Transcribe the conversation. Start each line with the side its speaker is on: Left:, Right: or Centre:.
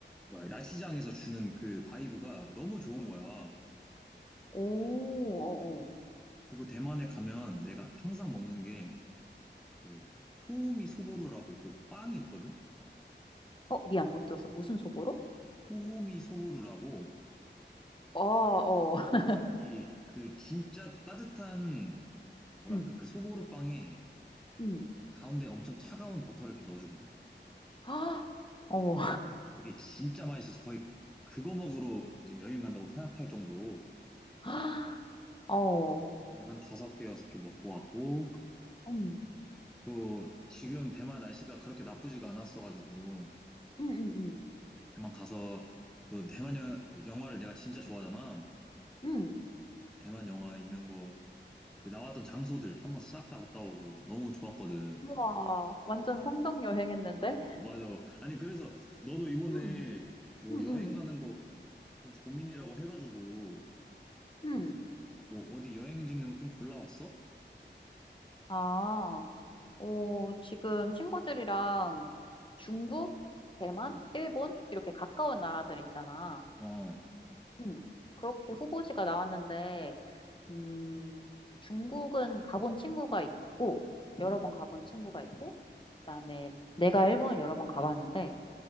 Centre: 뭐야, 야시장에서 주는 그 바이브가 너무 좋은 거야.
Left: 오, 어,
Centre: 그리고 대만에 가면 내가 항상 먹는 게 그, 호우미 소보루라고 그 빵이 있거든?
Left: 어. 어, 미안, 못 들었어. 무슨 소보로?
Centre: 호호미 소보루라고
Left: 어, 어. <laughs>
Centre: 이, 그, 진짜 따뜻한 뭐랄까
Left: 응,
Centre: 그 소보루 빵에
Left: 응,
Centre: 가운데 엄청 차가운 버터를 이렇게 넣어주거든.
Left: <gasps> 아, 어,
Centre: 그게 진짜 맛있어서 거의 그거 먹으러 이제 여행 간다고 생각할 정도로
Left: 아, 어.
Centre: 이거 한 다섯 개 여섯 개 먹고 왔고
Left: 응,
Centre: 또 지금 대만 날씨가 그렇게 나쁘지가 않았어가지고
Left: 응, 응, 응,
Centre: 대만 가서 또 대만 여- 영화를 내가 진짜 좋아하잖아.
Left: 응,
Centre: 그래서 대만 영화 있는 거 그 나왔던 장소들 한번 싹 다 갔다 오고 너무 좋았거든.
Left: 우와, 완전 성덕 여행했는데?
Centre: 어, 맞아. 아니 그래서 너도 이번에
Left: 응,
Centre: 뭐
Left: 응,
Centre: 여행
Left: 응,
Centre: 가는 거 좀 고민이라고 해가지고
Left: 응.
Centre: 뭐 어디 여행지는 좀 골라왔어?
Left: 아, 오, 지금 친구들이랑 중국, 대만,
Centre: 응.
Left: 일본 이렇게 가까운 나라들 있잖아.
Centre: 어,
Left: 음, 그렇게 후보지가 나왔는데, 음, 중국은 가본 친구가 있고, 여러
Centre: 음.
Left: 번 가본 친구가 있고, 그다음에 내가 일본을 여러 번 가봤는데,